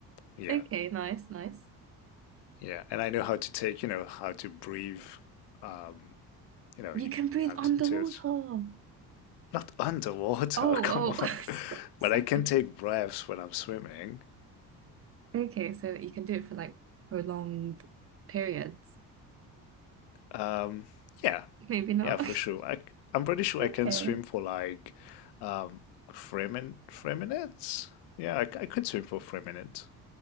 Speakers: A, on the left (about 55°); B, on the right (about 30°).
A: Yeah,
B: Okay, nice, nice.
A: yeah, and I know how to take, you know, how to breathe. Um, you know, you,
B: You can breathe
A: you have
B: underwater.
A: to tilt.
B: Oh,
A: Not underwater,
B: oh,
A: <laughs> come on.
B: <laughs> so- sorry.
A: But I can take breaths when I'm swimming.
B: Okay, so you can do it for like prolonged periods.
A: Um, yeah,
B: Maybe not.
A: yeah, for sure.
B: <laughs>
A: I, i am pretty sure
B: Okay.
A: I can swim for like um, three min three minutes. Yeah, I, c- I could swim for three minutes.